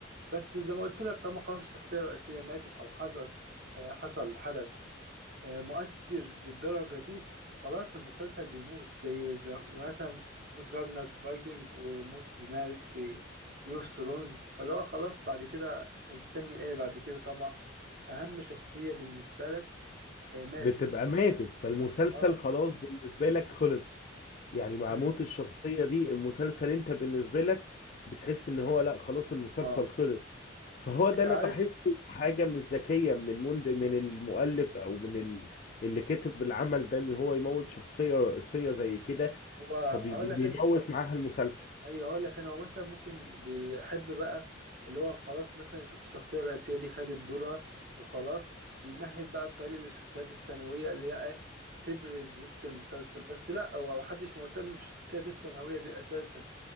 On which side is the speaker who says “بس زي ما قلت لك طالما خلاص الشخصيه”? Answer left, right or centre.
Right